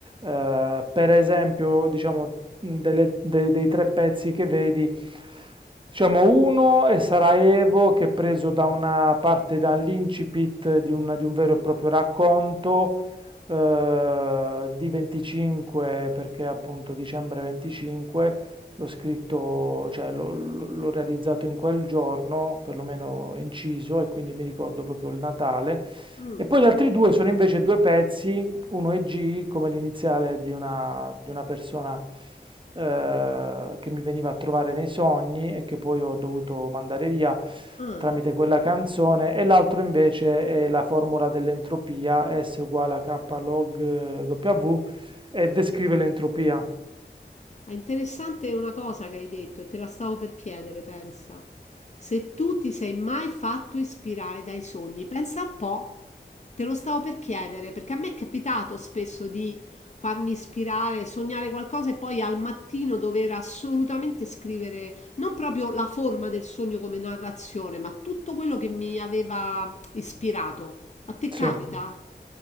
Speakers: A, on the right; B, on the left.
A: eh, per esempio, diciamo, mh, delle- de- dei tre pezzi che vedi, diciamo, uno è Sarajevo, che è preso da una parte dall'incipit di, una- di un vero e proprio racconto, eh, di 25, perché appunto dicembre 25, l'ho scritto, cioè l'ho l'ho- l'ho realizzato in quel giorno, perlomeno inciso, e quindi mi ricordo proprio il Natale.
B: mm.
A: E poi gli altri due sono invece due pezzi uno è G come l'iniziale di una, di una persona eh, che mi veniva a trovare nei sogni e che poi ho dovuto mandare via
B: Ah.
A: tramite quella canzone, e l'altro invece è la formula dell'entropia, S uguale a K log eh, W, e descrive l'entropia.
B: Ah, Interessante una cosa che hai detto e te la stavo per chiedere, pensa. Se tu ti sei mai fatto ispirare dai sogni, pensa un po'. Te lo stavo per chiedere perché a me è capitato spesso di farmi ispirare, sognare qualcosa e poi al mattino dover assolutamente scrivere non proprio la forma del sogno come narrazione, ma tutto quello che mi aveva ispirato. A te
A: Sì.
B: capita?